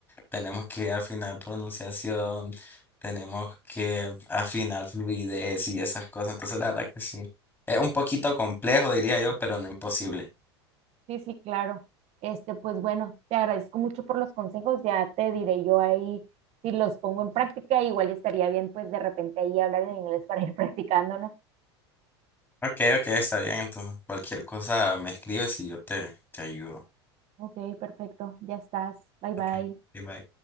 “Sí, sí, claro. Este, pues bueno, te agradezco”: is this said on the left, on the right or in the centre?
Right